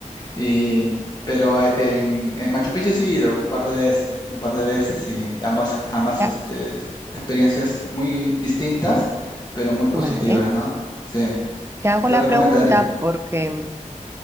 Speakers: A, on the left; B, on the right.
A: Y, pero a- en, en Machu Picchu sí he ido un par de veces, un par de veces y ambas, ambas
B: ya,
A: este, experiencias muy distintas, pero muy positivas,
B: vale.
A: ¿no? Sí,
B: Te hago
A: te
B: la
A: recomendaría.
B: pregunta porque